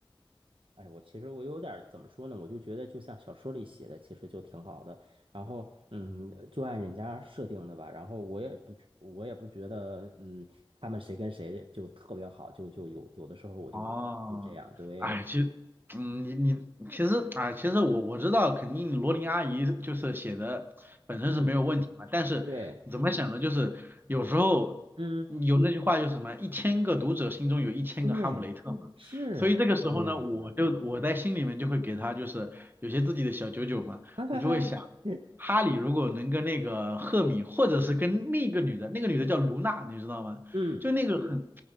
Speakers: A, on the right; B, on the right.
A: 哎，我其实我有点儿怎么说呢？我就觉得就像小说里写的，其实就挺好的。然后，嗯，就按人家设定的吧。然后我也不觉，我也不觉得，嗯，他们谁跟谁就特别好，就就有有的时候我就会就这样，
B: 哦，
A: 对，
B: 哎，其实，嗯，你你其实啊，其实我我知道，肯定罗琳阿姨就是写的本身是没有问题嘛，
A: 嗯，
B: 但是怎么想呢？
A: 对，
B: 就是有时候有那句话就是什么，
A: 嗯，
B: 一千个读者心中有一千个哈姆雷特嘛，
A: 对，是是这个样子的，
B: 所以这个时候呢，我就我在心里面就会给他就是有些自己的小九九嘛，
A: <laughs>
B: 我就会想，哈利如果能跟那个赫敏，或者是跟那个女的，那个女的叫卢娜，你知道吗？
A: 嗯。
B: 就那个很。